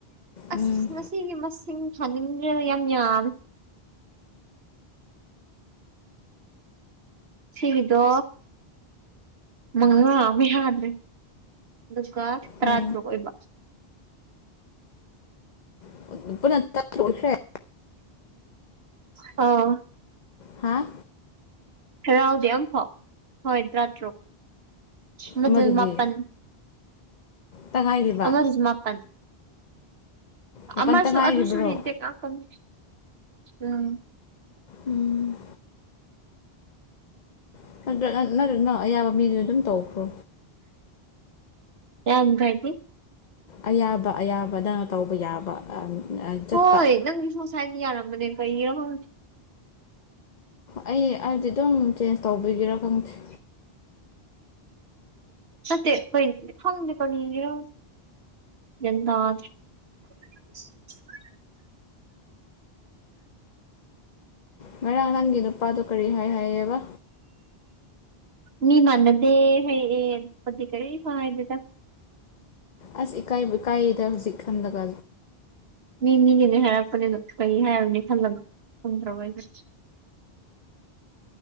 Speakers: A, on the right; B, on the left.
A: ꯑꯁ
B: ꯎꯝ
A: ꯉꯁꯤꯒꯤ ꯃꯁꯤꯡ ꯊꯥꯡꯅꯤꯡꯗ꯭ꯔꯅ ꯌꯥꯝ ꯌꯥꯝ ꯁꯤꯕꯤꯗꯣ ꯃꯉꯥ ꯑꯃ ꯍꯥꯗ <unintelligible> ꯇꯔꯥꯇꯔꯨꯛ
B: ꯑꯣ
A: ꯑꯣꯏꯕ
B: <unintelligible>
A: ꯑ
B: ꯍꯥꯥ
A: ꯍꯔꯥꯎꯗꯦ ꯑꯃꯐꯥꯎ ꯍꯣꯏ ꯇꯔꯥꯇꯔꯨꯛ ꯑꯃꯗꯨꯅ
B: ꯑꯃꯗꯨꯗꯤ
A: ꯃꯥꯄꯟ
B: ꯇꯉꯥꯏꯔꯤꯕ
A: ꯑꯃꯗꯨꯖꯨ ꯃꯥꯄꯟ
B: ꯃꯥꯄꯜ
A: ꯑꯃꯁꯨ
B: ꯇꯉꯥꯏꯔꯤꯕ꯭ꯔꯣ
A: ꯑꯗꯨꯁꯨ ꯃꯤꯇ‌ꯦꯛ ꯉꯥꯛꯇꯅꯤ ꯎꯝ
B: ꯎꯝ <unintelligible> ꯑꯌꯥꯕ ꯃꯤꯗꯨ ꯑꯗꯨꯝ ꯇꯧꯈ꯭ꯔꯣ
A: ꯌꯥꯝ ꯗꯥꯏꯗꯤ
B: ꯑꯌꯥꯕ ꯑꯌꯥꯕ ꯅꯪꯅ ꯇꯧꯕ ꯌꯥꯕ ꯆꯠꯄ
A: ꯍꯣꯏ ꯅꯪꯒꯤꯁꯨꯉꯁꯥꯏꯅ ꯌꯥꯔꯝꯕꯅꯦ ꯀꯩꯔ ꯈꯪꯗꯦ꯫
B: ꯑꯩ ꯍꯥꯏꯕꯗꯤ ꯑꯗꯨꯝ ꯆꯦꯟꯁ ꯇꯧꯕꯒꯤꯔ ꯈꯪꯗ‌ꯦ
A: ꯆꯠꯇꯦ ꯈꯪꯗꯦ ꯀꯔꯤꯒꯤꯔꯥ ꯒꯌ꯭ꯥꯟ ꯇꯥꯗꯦ꯫ <unintelligible>
B: ꯉꯔꯥꯡ ꯅꯪꯒꯤ ꯅꯨꯄꯥꯗꫭ ꯀꯔꯤ ꯍꯥꯏ ꯍꯥꯏꯌꯦꯕ?
A: ꯃꯤ ꯅꯥꯟꯅꯗꯦ ꯍꯥꯏꯌꯛꯑꯦ <unintelligible> ꯀꯔꯤꯁꯨ ꯍꯥꯏꯗꯦꯗ꯫
B: ꯑꯁ ꯏꯀꯥꯏꯕꯨ ꯏꯀꯥꯏꯔꯤꯗ ꯍꯧꯖꯤꯛ ꯈꯟꯕꯒ꯫
A: ꯃꯤ ꯃꯤꯒꯤꯅꯦ ꯍꯥꯏꯔꯛꯄꯅꯦ ꯑꯗꯨꯝ ꯀꯩ ꯍꯥꯏꯔꯨꯅꯤ ꯈꯜꯂꯒ ꯈꯨꯝꯗ꯭ꯔꯕ ꯑꯩꯁꯨ꯫